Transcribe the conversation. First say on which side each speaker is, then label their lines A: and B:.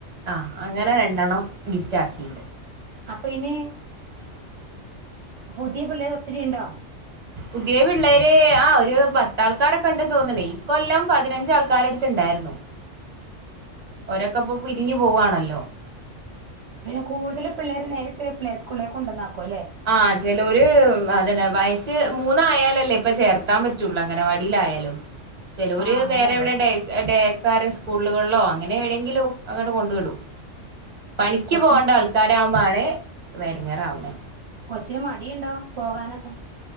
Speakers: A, on the right; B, on the right.
A: അ അ അങ്ങനെ രണ്ടെണ്ണം ഗിഫ്റ്റ് ആക്കിണ്ട്
B: അപ്പൊ ഇനി പുതിയ പിള്ള ഒത്തരിണ്ടോ
A: പുതിയ പിള്ളേര് ആ ഒരു പത്താ ആൾക്കാരൊക്കെണ്ട് തോന്നണ ഈ കൊല്ലം പതിനഞ്ചാൾക്കാാരടുത്തുണ്ടായിരുന്നു ഒരൊക്കെപ്പൊ പിരിഞ്ഞു പോവാവാണല്ലോ
B: പിന്നെ കൂടുതല് പിള്ളേര് നേരിട്ട് പ്ലേ സ്കൂളിലേക് കൊണ്ടനക്കോ ല്ലേ
A: ആഹ ചില ഒരു അതന്നെ വയസ് മൂന്നായാലല്ലേ ഇപ്പ ചേർത്താൻ പറ്റുള്ളൂ അഗനെവാടിയിലായാലും ചെലര്
B: ആഹ് അങ്ങനെയുണ്ട്
A: വേറെ എവിടെ ആക്കാര് സ്കൂളുകളിലോ അങ്ങനെ എവിടെയെങ്കിലും അങ്ങട്ട് കൊണ്ട് വിടും പണിക്ക്
B: കൊച്ചിന്
A: പോകേണ്ട ആൾക്കാരാവുബ ആണ് വരങ്ങാറാവനത്
B: കൊച്ചേ മടിയുണ്ടോ പോകാനൊക്കെ